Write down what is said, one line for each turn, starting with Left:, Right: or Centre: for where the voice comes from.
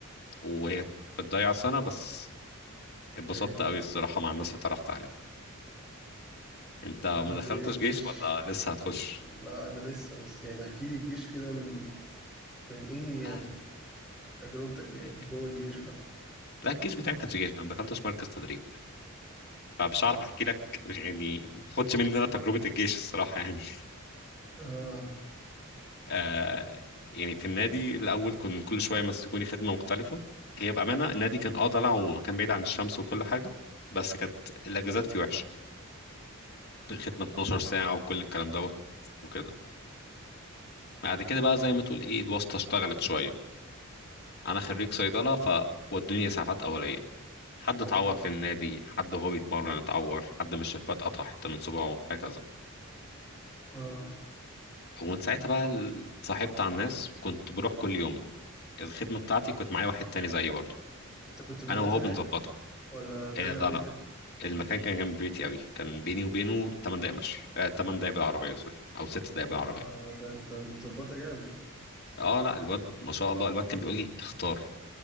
Left: وهي بتضيع سنه بس اتبسطت
Centre: ايه
Left: قوي الصراحة مع الناس اللي اتعرفت عليهم انت ما
Centre: عملت
Left: دخلتش
Centre: ايه الجيش
Left: جيش ولا لسه هتخش
Centre: لا انا لسه بس يعني احكي لي الجيش كده من كان ايه يعني
Left: لا
Centre: تجربتك يعني
Left: لا
Centre: في جوه الجيش بقى
Left: لا، الجيش بتاعي ما كانش جيش انا ما دخلتش مركز تدريب فمش عارف احكي لك يعني ما خدش مني انا تجربة الجيش الصراحة يعني <laughs>
Centre: اه
Left: آه يعني في النادي الاول كنت كل شوية يمسكوني خدمة مختلفة هي بأمانة النادي كان اه ضلع ومكان بعيد عن الشمس وكل حاجة بس كانت الاجازات فيه وحشة خدمة 12 ساعة وكل الكلام دوت وكده بعد كده بقى زي ما تقول ايه الواسطة اشتغلت شوية انا خريج صيدلة ف ودوني اسعافات اوليه حد
Centre: حلو
Left: اتعور في النادي حد وهو بيتمرن اتعور حد من الشفات قطع حتة من صباعه هكذا
Centre: اه
Left: ومن ساعتها بقى ال- اتصاحبت على الناس كنت بروح كل يوم الخدمة بتاعتي كنت معايا واحد تاني زيي برضو
Centre: انت كنت بتبات
Left: انا وهو
Centre: هناك
Left: بنظبطها
Centre: ولا بترجع
Left: إيه لا
Centre: بيتك
Left: لا المكان كان جنب بيتي قوي كان بيني وبينه 8 دقايق مشي آه 8 دقايق بالعربية سوري او 6
Centre: ده,
Left: دقايق بالعربية
Centre: ده انت متظبطه جامد
Left: اه لا الواد ما شاء الله الواد كان بيقول لي اختار